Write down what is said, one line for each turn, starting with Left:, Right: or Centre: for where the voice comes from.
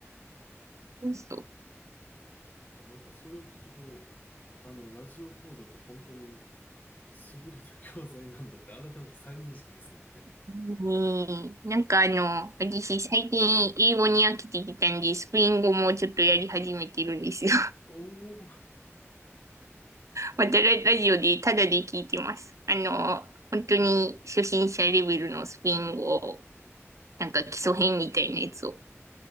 Right: <laughs> そう
Left: いやー、なんかそれを聞くと、あの、ラジオ講座って本当に優れた教材なんだって改めて再認識ですね。
Right: ねえ、なんかあの、私最近英語に飽きてきたんで、スペイン語もちょっとやり始めてるんですよ。
Left: <laughs> おお。
Right: またララジオでタダで聞いてます。あの、本当に初心者レベルのスペイン語なんか基礎編みたいなやつを。